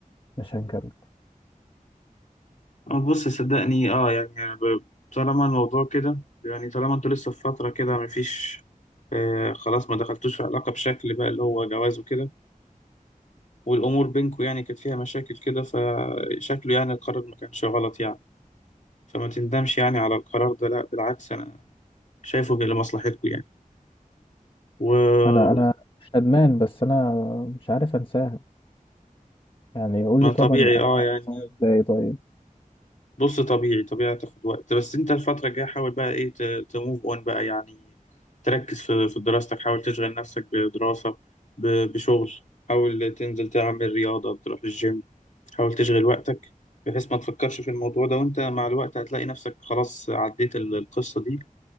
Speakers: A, on the left; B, on the left.
A: مش هنكمل
B: آه، بص صدقني اه يعني أنا ب- طالما الموضوع كده يعني طالما انتوا لسه في فترة كده مفيش آه خلاص ما دخلتوش في علاقة بشكل بقى اللي هو جواز وكده والأمور بينكم يعني كانت فيها مشاكل كده فشكله يعني القرار ما كانش غلط يعني فما تندمش يعني على القرار ده لا بالعكس أنا شايفه لمصلحتكم يعني وما
A: انا انا مش ندمان بس انا مش عارف انساها يعني قول لي طبعا
B: طبيعي اه يعني
A: انساها ازاي طيب
B: بص طبيعي طبيعي هتاخد وقت بس انت الفترة الجاية حاول بقى ايه تموف اون بقى يعني تركز في في دراستك حاول تشغل نفسك بدراسة ب- بشغل حاول تنزل تعمل رياضة تروح الجيم حاول تشغل وقتك بحيث ما تفكرش في الموضوع ده وانت مع الوقت هتلاقي نفسك خلاص عديت ال- القصة دي